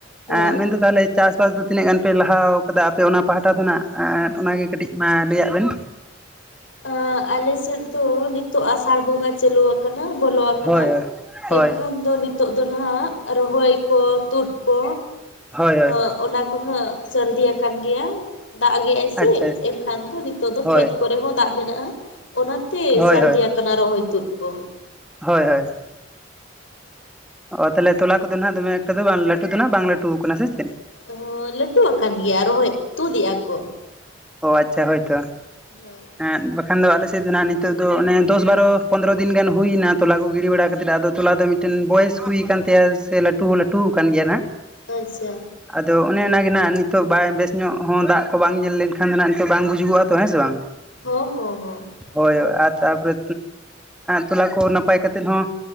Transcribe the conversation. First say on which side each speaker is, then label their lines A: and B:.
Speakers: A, on the left; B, in the centre.
A: ᱦᱚᱸ
B: ᱟᱸᱜ ᱢᱮᱱᱫᱚ ᱛᱟᱞᱮᱡ ᱪᱟᱥᱵᱟᱥ ᱫᱚ ᱛᱤᱱᱟᱹᱜ ᱜᱟᱱ ᱯᱮ ᱞᱟᱦᱟᱣ ᱟᱠᱟᱫᱟ ᱟᱯᱮ ᱚᱱᱟ ᱯᱟᱦᱴᱟ ᱫᱚᱱᱟᱜ ᱚᱱᱟᱜᱮ ᱠᱟᱹᱴᱤᱡ ᱢᱟ ᱞᱟᱹᱭᱟᱫ ᱵᱮᱱ?
A: ᱟᱸ ᱟᱞᱮᱥᱮᱫ ᱫᱚ ᱱᱤᱛᱚᱜ ᱟᱥᱟᱲ ᱵᱚᱸᱜᱟ ᱪᱟᱹᱞᱩᱣᱟ ᱵᱚᱞᱚ ᱣᱟᱠᱟᱱᱟ
B: ᱦᱳᱭ ᱦᱳᱭ
A: ᱮᱱᱠᱷᱟᱱ ᱫᱚ ᱱᱤᱛ ᱾ ᱛᱚᱜ ᱫᱚᱱᱟᱟᱜ ᱨᱚᱦᱚᱭ ᱠᱚ ᱛᱩᱫ ᱠᱚ
B: ᱦᱳᱭ ᱦᱳᱭ
A: ᱟᱸ ᱚᱱᱟ ᱾ ᱛᱚᱦᱟᱸᱜ ᱥᱟᱹᱨᱫᱤᱭᱟ ᱟᱠᱟᱱ ᱜᱮᱭᱟ ᱫᱟᱜ ᱜᱮᱟᱭ ᱥᱮ
B: ᱟᱪᱪᱷᱟ
A: ᱮᱱᱠᱷᱟᱱ ᱫᱚ ᱱᱤᱛᱚᱜ ᱫᱚ
B: ᱦᱳᱭ
A: ᱠᱷᱮᱛ ᱠᱚᱨᱮ ᱦᱚᱸ ᱫᱟᱜ ᱾ ᱢᱮᱱᱟᱜᱼᱟ ᱚᱱᱟᱛᱮ
B: ᱦᱳᱭ
A: ᱥᱟᱹᱨᱫᱤᱭᱟᱠᱟᱱᱟ ᱨᱚᱦᱚᱭ ᱛᱩᱫ ᱠᱚ ᱾
B: ᱦᱚᱭ ᱦᱚᱭ ᱾ ᱚ ᱛᱟᱦᱚᱞᱮ ᱛᱚᱞᱟ ᱠᱚᱫᱚ ᱱᱟᱜ ᱫᱚᱢᱮ ᱮᱠᱴᱟ ᱫᱚ ᱵᱟᱝ ᱞᱟᱹᱴᱩ ᱫᱚ ᱱᱟᱸᱜ ᱵᱟᱝ ᱞᱟᱹᱴᱩ ᱠᱟᱱᱟ ᱥᱮ ᱪᱮᱫ ᱾
A: ᱦᱚᱭ ᱞᱟᱹᱴᱩᱣᱟ ᱟᱠᱟᱱ ᱜᱮᱭᱟ ᱨᱚᱦᱚᱭ ᱛᱩᱫᱮᱜᱭᱟᱠᱚ ᱾
B: ᱚ ᱟᱪᱪᱷᱟ ᱦᱳᱭᱛᱚ ᱾
A: <inaudible>
B: ᱮ ᱵᱟᱠᱷᱟᱱ ᱫᱚ ᱟᱞᱮᱥᱮᱫ ᱫᱚ ᱱᱟᱸᱜ ᱱᱤᱛᱚᱜ ᱫᱚ ᱚᱱᱮ ᱫᱚᱥ ᱵᱟᱨᱚ ᱯᱚᱸᱫᱽᱨᱚ ᱫᱤᱱ ᱜᱟᱱ ᱦᱩᱭᱱᱟ ᱛᱚᱞᱟ ᱠᱚ ᱜᱤᱰᱤ ᱵᱟᱲᱟ ᱠᱟᱛᱮᱫ ᱟᱫᱚ ᱾ ᱛᱚᱞᱟ ᱫᱚ ᱢᱤᱫᱴᱮᱱ ᱵᱚᱭᱮᱥ ᱦᱩᱭᱠᱟᱱ ᱛᱟᱭᱟ ᱥᱮ ᱞᱟᱹᱴᱩ ᱦᱚᱸ ᱞᱟᱹᱴᱩ ᱣᱟᱠᱟᱱ ᱜᱮᱭᱟ ᱱᱟᱸᱜ ᱾
A: ᱟᱪᱪᱷᱟ ᱾
B: ᱟᱫᱚ ᱚᱱᱮ ᱚᱱᱟᱜᱮ ᱦᱟᱸᱜ ᱱᱤᱛᱚᱜ ᱵᱟᱭ ᱵᱮᱥ ᱧᱚᱜ ᱦᱚᱸ ᱫᱟᱜ ᱠᱚ ᱵᱟᱝ ᱧᱮᱞ ᱞᱮᱱᱠᱷᱟᱱ ᱫᱚ ᱱᱟᱸᱜ ᱵᱟᱝ ᱵᱩᱡᱩᱜᱚᱜᱼᱟ ᱛᱚ ᱦᱮᱸ ᱥᱮ ᱵᱟᱝ?
A: ᱦᱚᱸ ᱦᱚᱸ ᱦᱚᱸ ᱾
B: ᱦᱳᱭ ᱟᱨ ᱛᱟᱯᱚᱨᱮ ᱛᱚᱞᱟ ᱠᱚ ᱱᱟᱯᱟᱭ ᱠᱟᱛᱮᱫ ᱦᱚᱸ